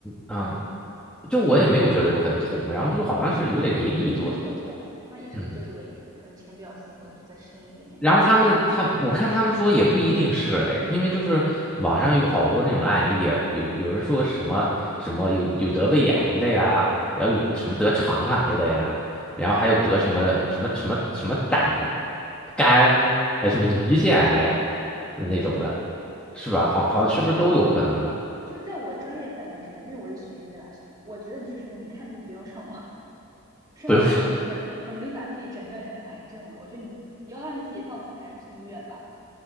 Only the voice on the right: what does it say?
嗯，
隐隐作痛，那也是就是胃炎，
可能浅表性或者是再深一点点这样子。
嗯。
怎么说呢？就在我专业范围之内，因为我是学医的吧，我觉得你就是你看病不要上网，<laughs> 上网就很很很容易把自己诊断成癌症了。
我觉得你你要让自己放心，还是去医院吧。